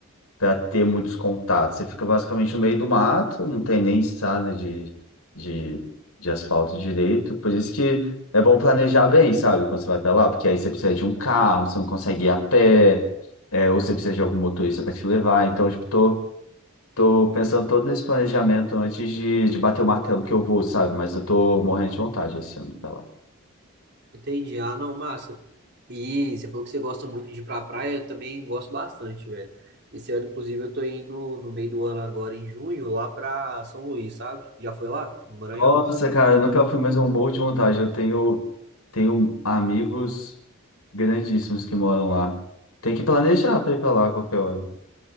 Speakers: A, on the left; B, on the right.
A: para ter muitos contatos. Você fica basicamente no meio do mato, não tem nem estrada de, de, de asfalto direito. Por isso que é bom planejar bem, sabe, quando você vai para lá, porque aí você precisa de um carro, você não consegue ir a pé, é, ou você precisa de algum motorista para te levar. Então, tipo, tô, tô pensando todo nesse planejamento antes de, de bater o martelo que eu vou, sabe? Mas eu tô morrendo de vontade esse ano para lá.
B: Entendi. Ah, não, massa. E você falou que você gosta muito de ir pra praia, eu também gosto bastante, velho. Esse ano, inclusive, eu tô indo no no meio do ano agora, em junho, lá pra São Luís, sabe? Já foi lá, no Maranhão?
A: Nossa, cara, eu nunca fui, mas é um morro de vontade. Eu tenho, tenho amigos. grandíssimos que moram lá. Tem que planejar para ir para lá a qualquer hora.